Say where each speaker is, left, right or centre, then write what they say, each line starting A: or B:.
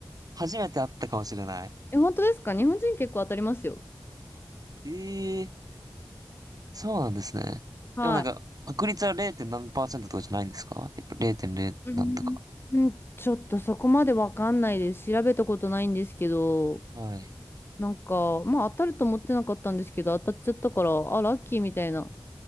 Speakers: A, on the right; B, on the left.
A: 初めて会ったかもしれない。
B: え、本当ですか日本人結構当たりますよ。
A: ええそうなんですね。
B: はい。
A: でもなんか、確率は 0. 何パーセントとかじゃないんですかやっぱ0.0なんとか。
B: うん。うん、ちょっとそこまでわかんないです。調べたことないんですけど、
A: はい。
B: なんか、まあ当たると思ってなかったんですけど、当たっちゃったから、あ、ラッキーみたいな